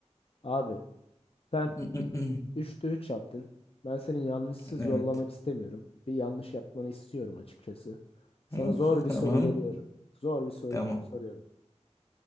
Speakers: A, on the left; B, on the left.
A: Abi sen
B: <laughs>
A: üçte üç yaptın. Ben seni yanlışsız
B: Evet.
A: yollamak istemiyorum. Bir yanlış yapmanı istiyorum açıkçası. Sana
B: Hı,
A: zor bir
B: Tamam.
A: soru geliyorum. Zor bir soru
B: Tamam.
A: soruyorum.